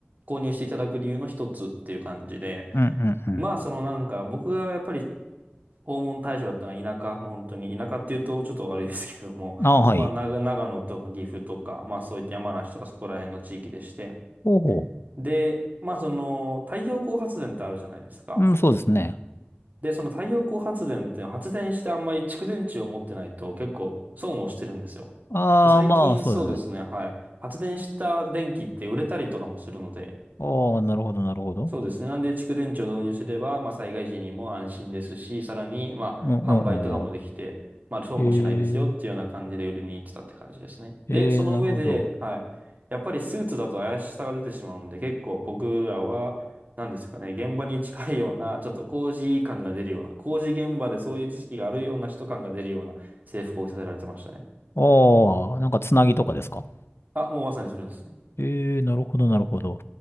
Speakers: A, on the right; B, on the left.
A: 購入していただく理由の一つっていう感じで、
B: うんうん
A: まあ、そのなんか、僕がやっぱり訪問対象だったのが田舎、もう本当に田舎っていうとちょっと悪いですけれども、
B: あはい。
A: <laughs> まあ長、長野とか岐阜とか、まあそういった山梨とかそこら辺の地域でして。
B: ほうほ
A: で、まあその太陽光発電ってあるじゃないですか。
B: う。うん、そうですね。
A: で、その太陽光発電って発電してあんまり蓄電池を持ってないと結構損をしてるんですよ。
B: ああ、
A: で、最近そうですね、
B: まあ、そうですね。
A: はい。発電した電気って売れたりとかもするので、
B: ああ、なるほど、なるほど。
A: そうですね。なんで、蓄電池を導入すれば、まあ、災害時にも安心ですし、さらに、まあ、
B: うん、うん、
A: 販売とかもできて、
B: うん。うん
A: まあ、損もしないですよっていうような感じで売りに行ってたって感じですね。
B: えー、えー、
A: で、その上で、
B: なるほど。
A: はい。やっぱりスーツだと怪しさが出てしまうんで、結構僕らは、なんですかね、現場に近いような、ちょっと工事感が出るような、工事現場でそういう知識があるような人感が出るような制服を着させられてましたね。
B: ああ、なんかつなぎとかですか
A: あ、もうまさにそれですね。
B: ええなるほど、なるほど。